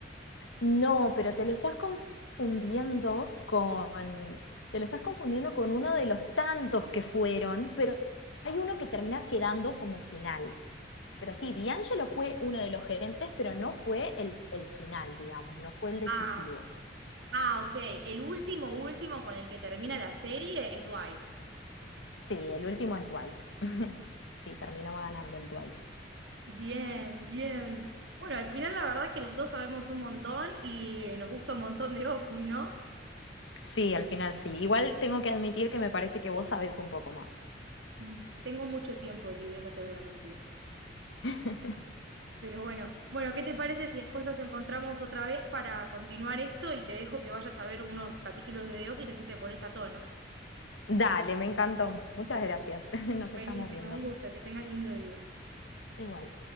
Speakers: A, on the left; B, on the right.
A: No, pero te lo estás confundiendo con... Te lo estás confundiendo con uno de los tantos que fueron, pero hay uno que termina quedando como final. Pero sí, D'Angelo fue uno de los gerentes, pero no fue el, el final, digamos, no fue el decisivo.
B: Ah, ah, ok. El último, último con el que termina la serie es Dwight.
A: Sí, el último es Dwight. <laughs> sí, terminó ganando el Dwight.
B: Bien, bien. Bueno, al final la verdad que las dos sabemos un montón y nos gusta un montón de Office, ¿no?
A: Sí, al final sí. Igual tengo que admitir que me parece que vos sabés un poco más.
B: Mm, Tengo mucho tiempo libre, no te voy a mentir.
A: <laughs>
B: Pero bueno, bueno, ¿qué te parece si después nos encontramos otra vez para continuar esto y te dejo que vayas a ver unos capítulos de The Office así te pones a tono?
A: Dale, me encantó. Muchas gracias. <laughs> Nos
B: Buenísimo,
A: estamos viendo.
B: un gusto, que tengas lindo día.
A: Igual.